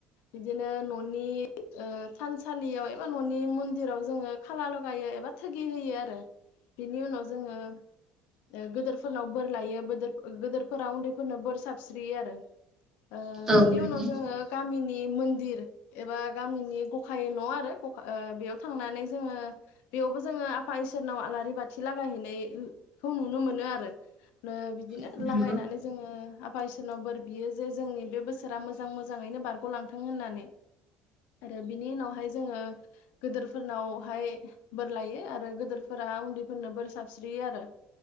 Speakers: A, on the left; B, on the right.
A: बिदिनो न'नि ओ थानसालियाव एबा न'नि मन्दिराव जोंङो खाला लगायो एबा थोगि होयो आरो। बेनि उनाव जोंङो ओ गोदोरफोरनाव बोर लायो बोदोर गोदोरफोरा उन्दैफोरनो बोर साबस्रियो आरो। ओ
B: औ
A: बिनि
B: नंगौ
A: उनाव जोंङो गामिनि मन्दिर एबा गामिनि गखाय न' आरो ओ बेयाव थांनानै जोंङो बेयावबो जोंङो आफा इसोरनाव आलारि बाथि लागायहैनाय खौ नुनो मोनो आरो ओ बिदिनो
B: नंगौ
A: लागायनानै जोंङो आफा इसोरनाव बोर बियो जे जोंनि बे बोसोरा मोजां मोजां यैनो बारग'लांथों होननानै आरो बिनि उनावहाय जोंङो गोदोरफोरनावहाय बोर लायो आरो गोदोरफोरा उन्दैफोरनो बोर सारस्रियो आरो।